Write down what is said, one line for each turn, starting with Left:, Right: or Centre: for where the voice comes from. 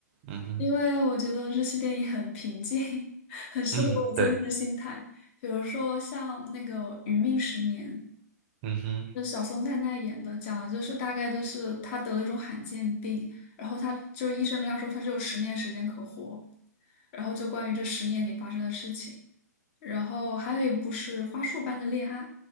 Right: 嗯哼，
Left: 因为我觉得日系电影很平静，<laughs> 很适合我最近的心态。
Right: 嗯，对，
Left: 比如说像那个《余命十年》，
Right: 嗯哼，
Left: 就小松菜奈演的，讲的就是大概就是他得了一种罕见病，然后他就医生跟他说他只有十年时间可活，然后就关于这十年里发生的事情。然后还有一部是《花束般的恋爱》，